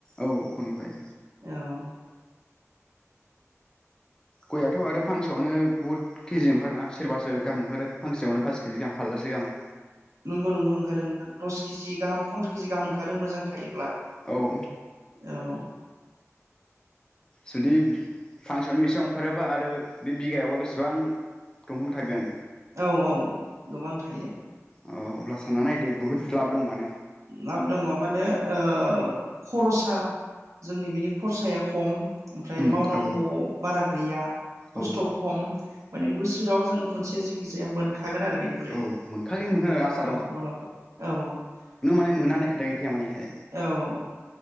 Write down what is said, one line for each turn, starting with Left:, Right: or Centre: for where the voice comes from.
Left: औ खमिबाय
Right: ओ औ
Left: गयआथ' आरो फांसेआवनो बुहुद केजि ओंखारोना सोरबासो गाहाम ओंखारो फांसेयावनो फास केजि गाहाम फारलासे गाहाम
Right: नंगौ नंगौ ओंखारो नोंथां दस केजि गाहाम फन्द्र' केजि गाहाम ओंखारो मोजां थायोब्ला
Left: औ
Right: औ
Left: जुदि फांसन ओंखारोबा आरो बे बिगायावबा बेसेबां दंफां थागोन
Right: औ औ गोबां थायो
Left: औ अब्ला साननानै नायदो बुहुत लाब दं माने
Right: लाब दङ माने ओ खरसा जोंनि बिनि खरसाया खम ओमफ्राय
Left: उम
Right: मावनांगौ
Left: औ
Right: बारा गैया खस्थ
Left: औ
Right: खम माने बोसोराव जों खनसे जेखि जाया मोनख हागोन आरो बेनिफ्राय
Left: औ मोनखागोन मोनखागोन आसा
Right: औ मुलामफा औ
Left: ने मोनना
Right: ओंखायनो
Left: होननाय खोथा गैखाया मानेहाय
Right: औ